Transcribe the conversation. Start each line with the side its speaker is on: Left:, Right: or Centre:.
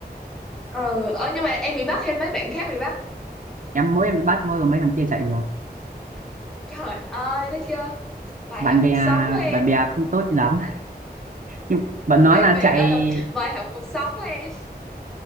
Centre: ờ ờ nhưng mà em bị bắt hay mấy bạn khác bị bắt
Right: em mỗi em bị bắt thôi còn mấy thằng kia chạy rồi
Centre: trời ơi thấy chưa bài
Right: bạn
Centre: học
Right: bè
Centre: cuộc sống đó em
Right: bạn bè không tốt lắm nhưng bọn
Centre: <laughs>
Right: nó
Centre: bạn
Right: là
Centre: bè
Right: chạy
Centre: ờ là bài học cuộc sống đó em